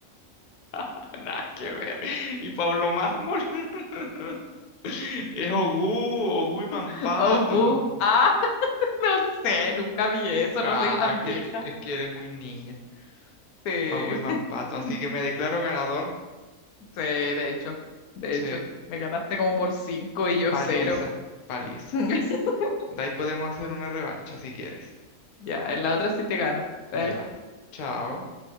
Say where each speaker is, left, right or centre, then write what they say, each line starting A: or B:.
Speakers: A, on the left; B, on the left.
A: <laughs> Nada que ver. Y Pablo Mármol. <laughs> Es Ogú, Ogú y Mampato.
B: <laughs> Oh, bu. Ah, <laughs> no sé, nunca vi eso,
A: Ah,
B: no soy tan vieja.
A: que, es que eres muy niña.
B: Sí,
A: Ogui Mampato. Así
B: <laughs>
A: que me declaro ganador.
B: sí, de hecho, de
A: Sí,
B: hecho, me ganaste como por cinco y yo
A: paliza,
B: cero.
A: paliza.
B: <laughs>
A: De ahí podemos hacer una revancha si quieres.
B: Ya, en la otra sí te gano. Eh,
A: Ya. Chao.